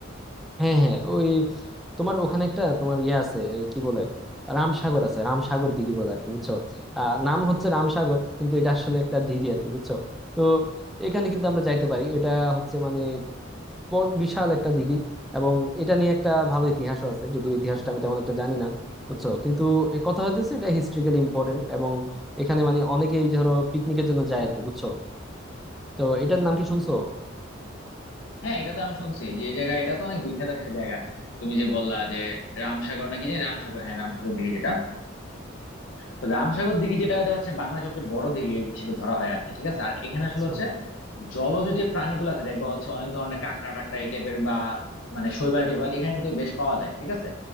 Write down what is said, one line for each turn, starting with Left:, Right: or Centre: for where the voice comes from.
Centre: হ্যাঁ হ্যাঁ ওই তোমার ওখানে একটা তোমার ইয়ে আছে এই কি বলে রামসাগর আছে রামসাগর দিঘি বলে আর কি বুঝছো আহ নাম হচ্ছে রামসাগর কিন্তু এটা আসলে একটা দিঘি আর কি বুঝছো তো এখানে কিন্তু আমরা যাইতে পারি এটা হচ্ছে মানে বড়- বিশাল একটা দিঘি এবং এটা নিয়ে একটা ভালো ইতিহাসও আছে যদিও ইতিহাসটা আমি তেমন একটা জানি না বুঝছো কিন্তু এ কথা হইতেছে এটা হিস্ট্রিক্যালি ইম্পর্টেন্ট এবং এখানে মানে অনেকেই ধরো পিকনিকের জন্য যায় আর কি বুঝছো তো এটার নাম কি শুনছো
Left: হ্যাঁ এটা তো আমি শুনছি যে এই জায়গা এটা তো অনেক বিখ্যাত একটা জায়গা তুমি যে বললা যে রামসাগর নাকি জানি রামসাগর হ্যাঁ রামসাগর দিঘি যেটা তো রামসাগর দিঘি যেটা এটা হচ্ছে বাংলার সবচেয়ে বড় দিঘি হিসেবে ধরা হয় আর কি ঠিক আছে আর এখানে
Centre: আচ্ছা
Left: আসলে হচ্ছে
Centre: আচ্ছা
Left: জলজ যে প্রাণীগুলো আছে দেখবা হচ্ছে অনেক ধরনের কাঁকড়া টাকড়া এই টাইপের বা মানে শৈবাল টৈবাল এখানে কিন্তু বেশ পাওয়া যায় ঠিক আছে